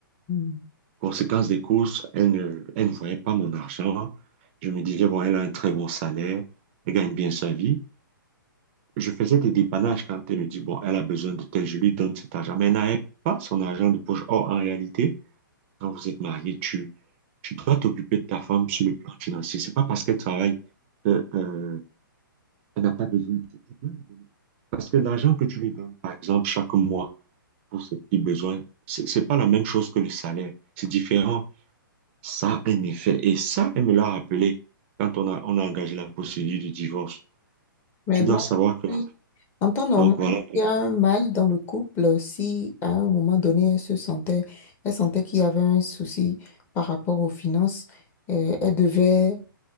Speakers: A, on the left; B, on the right.
A: hmm.
B: Conséquence des courses, elle ne, elle ne voyait pas mon argent. Je me disais, bon, elle a un très bon salaire, elle gagne bien sa vie. Je faisais des dépannages quand elle me dit, bon, elle a besoin de tel, je lui donne cet argent. Mais elle n'avait pas son argent de poche. Or, en réalité, quand vous êtes marié, tu, tu dois t'occuper de ta femme sur le plan financier. C'est pas parce qu'elle travaille qu'elle euh, elle n'a pas besoin. Tu dois lui donner. Parce que l'argent que tu lui donnes, par exemple, chaque mois, pour ses petits besoins, c'est c'est pas la même chose que le salaire. C'est différent. Ça a un effet. Et ça, elle me l'a rappelé quand on a, on a engagé la procédure du divorce.
A: Mais
B: Tu
A: donc,
B: dois savoir que,
A: si- en temps normal,
B: donc voilà,
A: il y a un mâle dans le couple, si à un moment donné, elle se sentait, elle sentait qu'il y avait un souci par rapport aux finances, euh, elle devait,